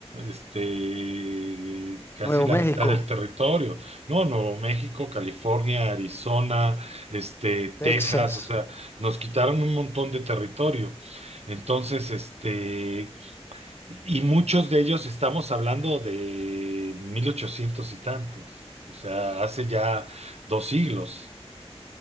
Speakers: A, on the right; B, on the left.
A: este casi
B: Nuevo
A: la
B: México,
A: mitad del territorio. No, Nuevo México, California, Arizona, este, Texas,
B: Texas.
A: o sea. Nos quitaron un montón de territorio. Entonces, este, y muchos de ellos estamos hablando de 1800 y tantos, o sea, hace ya dos siglos.